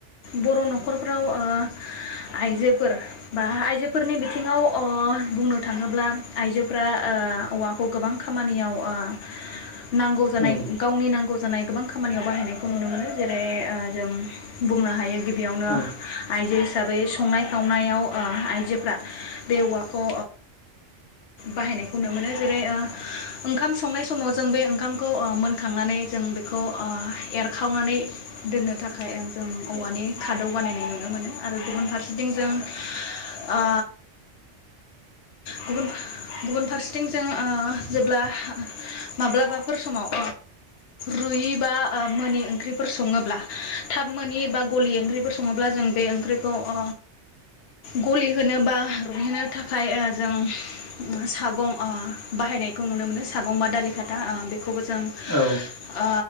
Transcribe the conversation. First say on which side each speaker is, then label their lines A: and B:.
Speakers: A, on the left (about 65°); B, on the left (about 30°).
A: बर नखरफ्राव ओ आइजोफोर बा आइजो फोरनि बिथिङाव ओ बुंनो थाङोब्ला आइजोफ्रा ओ औवाखौ गोबां खामानियाव ओ नांगौ जानाय
B: औ औ
A: गावनि नांगौनि जानाय गोबां खामानियाव बाहायनायखौ नुनो मोनो जेरै जों बुंनो हायो गिबियावनो
B: औ नंगौ औ नंगौ औ
A: आइजो हिसाबै संनाय खावनायाव आइजोफ्रा बे औवाखौ बाहायनायखौ नु मोनो जेरै ओंखाम संनायनाय समाव जों बे ओंखामखौ मोनखांनानै जों बेखौ एरखावनानै दोननो थाखा जों औवानि खादौ बानायनाय नुनो मोनो आरो गुबुन फारसे बिदिं जों ओ गुबुन गुबुन फारसेथिं जों जेब्ला माब्लाबाफोर समाव रुयि बा मोनोनि ओंख्रिफोर सङोब्ला थाब मानि बबा गलि ओंख्रिफोर सङोब्ला जों बे ओंख्रिखौ ओ गलिहोनो बा रुहोनो थाखाय ओ जों सागं ओ बाहायनायखौ नुनो मोनो सागं बा दालि खाथा ओ खौबो जों ओ
B: औ